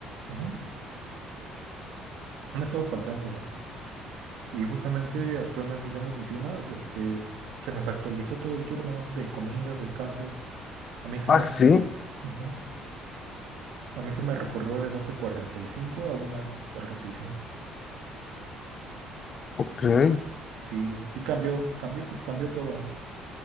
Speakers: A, on the right; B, on the left.
A: Ujú. Han estado faltando. Y justamente actualmente ya en la oficina, este, se nos actualizó todo el turno de comidas, descansos. A mí se
B: Ah,
A: me
B: sí,
A: recor- Ujú. A mí se me recorrió de doce cuarenta y cinco a una cuarenta y cinco
B: ok.
A: Sí, sí cambió, cambió, cambió todo.